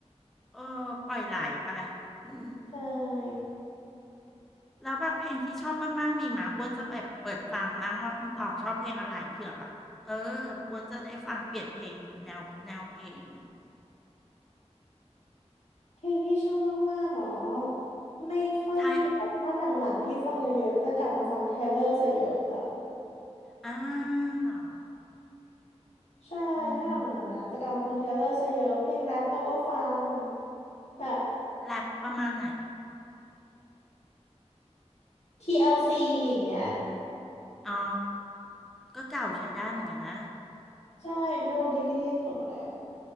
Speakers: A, in the centre; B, on the left.
A: เออปล่อยไหลไปอืม
B: ใช่
A: แล้วแบบเพลงที่ชอบมากๆมีหมาอ้วนจะไปเปิดฟังบ้างว่าคุณตองชอบเพลงอะไรเผื่อแบบเอออ้วนจะได้ฟังเปลี่ยนเพลงแนวแนวเพลง
B: เพลงที่ชอบมากๆหรอไม่ค่อยมีแต่ถ้าหลังๆที่ฟังเยอะๆจะกลับมาฟังเทเลอร์ซะเยอะค่ะ
A: ใช่อ่าเหรอ
B: ใช่ถ้าหลังๆนะจะกลับมาฟังเทเลอร์ซะเยอะเพลงแรปต้องก็ฟัง
A: อืม
B: แบบ
A: แรปประมาณไหน
B: TLC อลซีอย่างเงี้ย
A: อ๋อ ก็เก่าใช้ได้เหมือนกันนะ
B: ใช่ No Degrees ของอะไรอ่ะ